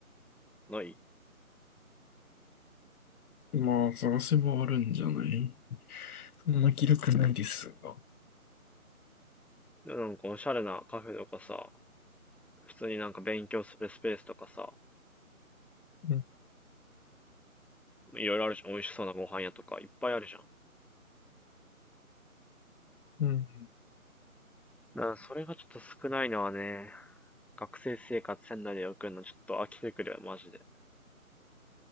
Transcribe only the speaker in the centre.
ない
なんかおしゃれなカフェとかさ、普通になんか勉強するスペースとかさ、
いろいろあるじゃん。美味しそうなご飯屋とか、いっぱいあるじゃん。
だからそれがちょっと少ないのはね、学生生活仙台で送るのちょっと飽きてくるよ、マジで。